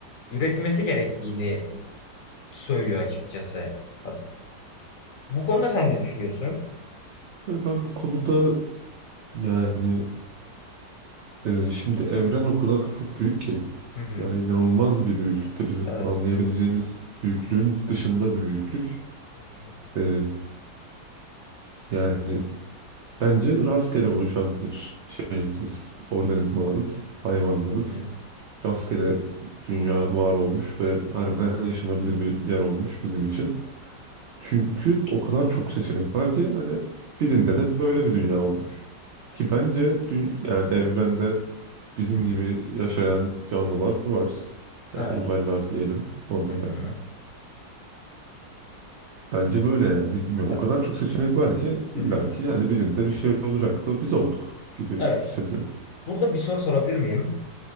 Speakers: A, on the left; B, on the right.
A: üretilmesi gerektiğini söylüyor açıkçası. Ha, Bu konuda sen ne düşünüyorsun?
B: Yani ben bu konuda Yani e, şimdi evren o kadar çok büyük ki.
A: Hı hı.
B: Yani inanılmaz bir büyüklükte bizim
A: Evet.
B: anlayabileceğimiz büyüklüğün dışında bir büyüklük.
A: Hı hı.
B: E, yani bence rastgele oluşan bir şeyiz biz. Organizmalarız, hayvanlarız.
A: Hı hı.
B: Rastgele dünya var olmuş ve harbiden yaşanabilir bir yer olmuş bizim için. Çünkü o kadar çok seçenek var ki hani birinde de böyle bir dünya olmuş. Ki bence dü- yani evrende bizim gibi yaşayan canlılar var. Yani
A: Evet.
B: uzaylılar diyelim onlara.
A: Hı hı.
B: Bence böyle yani bilmiyorum.
A: Ya,
B: O kadar çok seçenek var ki
A: Hı
B: illaki
A: hı.
B: yani birinde bir şey olacaktı. Biz olduk gibi
A: Evet.
B: hissediyorum.
A: Burada bir soru sorabilir miyim?